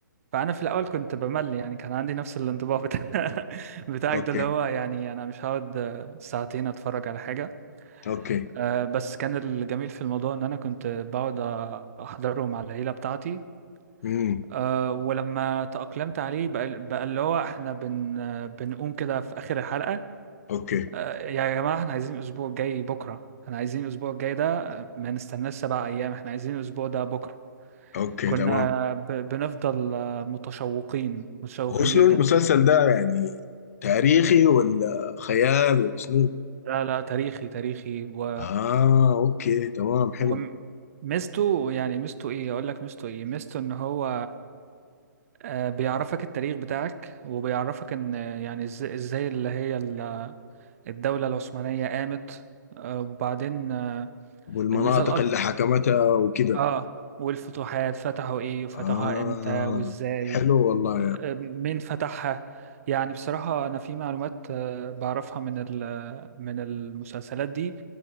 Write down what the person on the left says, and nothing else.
اوكي
اوكي
امم
اوكي
اوكي
تمام
هو شنو
المسلسل ده يعني تاريخي ولا خيال ولا شنو؟
اه اوكي تمام حلو
والمناطق
اللي حكمتها وكده
اه
حلو والله